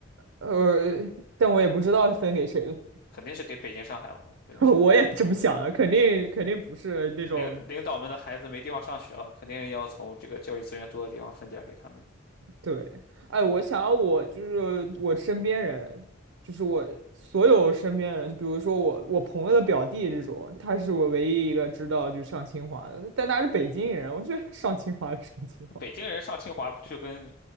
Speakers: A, on the right; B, on the left.
A: 呃，但我也不知道分给谁了。
B: 肯定是给北京、上海了，不用想。
A: <laughs> 我也这么想的，肯定肯定不是那种
B: 领领导们的孩子没地方上学了，肯定要从这个教育资源多的地方分点儿给他们。
A: 对，哎，我想要我就是我身边人，就是我所有身边人，就比如说我我朋友的表弟这种，他是我唯一一个知道就上清华的，但他是北京人，我觉得 <laughs> 上清华的上清华。
B: 北京人上清华不就跟
A: <laughs>